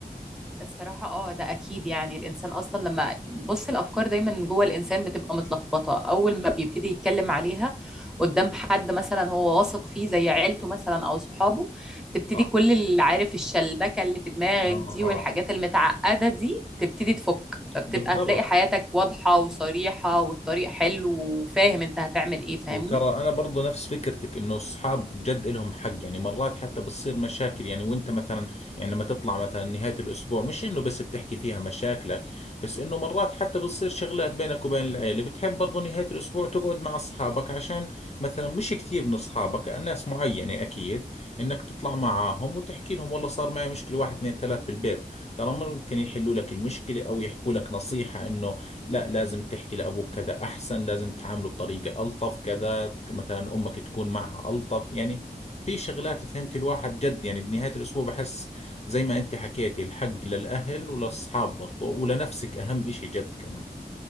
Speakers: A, in the centre; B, on the left (about 45°).
A: الصراحة اه ده أكيد يعني الإنسان أصلا لما بص الأفكار دايما جوه الإنسان بتبقى متلخبطة أول ما بيبتدي يتكلم عليها قدام حد مثلا هو واثق فيه زي عيلته مثلا أو صحابه تبتدي
B: صح
A: كل اللي عارف الشلبكة اللي في دماغك
B: اه
A: دي
B: اه
A: والحاجات المتعقدة دي تبتدي تفك فبتبقى
B: بالضبط
A: تلاقي حياتك واضحة وصريحة والطريق حلو وفاهم أنت هتعمل إيه فاهمني
B: وترى انا برضو نفس فكرتك انه الصحاب جد لهم حق يعني مرات حتى بتصير مشاكل يعني وانت مثلا يعني لما تطلع مثلا نهاية الاسبوع مش انه بس بتحكي فيها مشاكلك بس انه مرات حتى بتصير شغلات بينك وبين العيلة بتحب برضو نهاية الاسبوع تقعد مع اصحابك عشان مثلا مش كثير من اصحابك ناس معينة اكيد انك تطلع معاهم وتحكي لهم والله صار معي مشكلة واحد اثنين ثلاث بالبيت ترى ممكن يحلوا لك المشكلة او يحكوا لك نصيحة انه لا لازم تحكي لأبوك كذا أحسن لازم تعامله بطريقة ألطف كذا مثلا أمك تكون معها ألطف يعني في شغلات فهمت الواحد جد يعني بنهاية الأسبوع بحس زي ما أنت حكيتي الحق للأهل وللأصحاب برضه ولنفسك أهم إشي جد كمان